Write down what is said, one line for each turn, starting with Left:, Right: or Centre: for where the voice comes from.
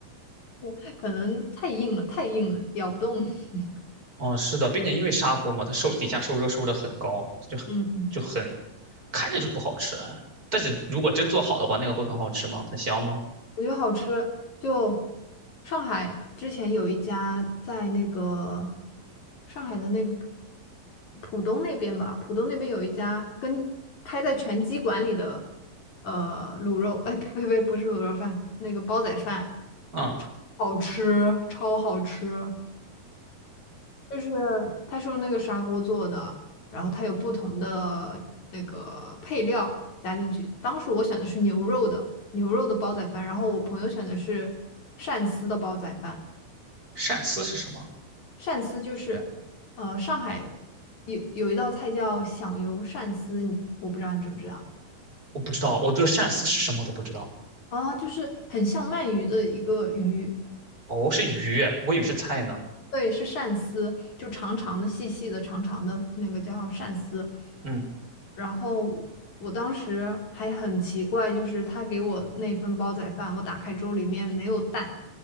Left: <laughs> 可能太硬了，太硬了，咬不动。<laughs>
Right: 哦，是的，并且因为砂锅嘛，它受底下受热受的很高，就很就很
Left: 嗯。
Right: 看着就不好吃啊。但是如果真做好的话，那个会很好吃吗？很香吗？
Left: 我觉得好吃，就上海之前有一家在那个上海的那个浦东那边吧，浦东那边有一家跟开在拳击馆里的呃卤肉，哎呸呸呸，不是卤肉饭，那个煲仔饭，
Right: 嗯，
Left: 好吃，超好吃。就是它是用那个砂锅做的，然后它有不同的那个配料加进去。当时我选的是牛肉的牛肉的煲仔饭，然后我朋友选的是鳝丝的煲仔饭。
Right: 鳝丝是什么？
Left: 鳝丝就是呃上海有有一道菜叫响油鳝丝，你我不知道你知不知道
Right: 我不知道，我对鳝丝是什么我都不知道。
Left: 啊，就是很像鳗鱼的一个鱼，
Right: 哦，是鱼，我以为是菜呢。
Left: 对，是鳝丝，就长长的、细细的、长长的那个叫鳝丝。
Right: 嗯，
Left: 然后我当时还很奇怪，就是他给我那份煲仔饭，我打开之后里面没有蛋，